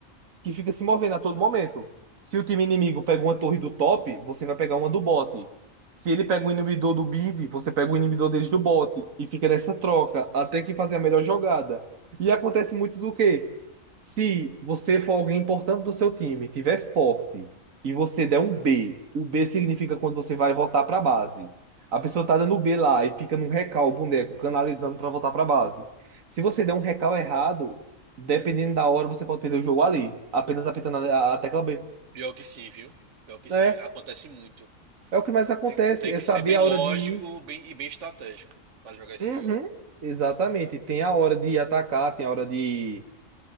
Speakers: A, on the right; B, on the right.
A: que fica se movendo a todo momento. Se o time inimigo pega uma torre do top, você vai pegar uma do bot. Se ele pega um inibidor do mid, você pega o inibidor deles do bot. E fica nessa troca até que fazer a melhor jogada. E acontece muito do quê? Se você for alguém importante do seu time, tiver forte e você der um B, o B significa quando você vai voltar para base. A pessoa tá dando B lá e fica num recal o boneco canalizando para voltar para base. Se você der um recal errado, Dependendo da hora, você pode perder o jogo ali, apenas apertando a, a tecla B.
B: Pior que sim, viu? Pior que sim,
A: É,
B: acontece muito.
A: é o que mais acontece,
B: Tem, tem
A: é
B: que
A: saber
B: ser bem
A: a
B: lógico,
A: hora de ir.
B: bem e bem estratégico pra jogar esse
A: Uhum,
B: jogo.
A: exatamente. Tem a hora de atacar, tem a hora de,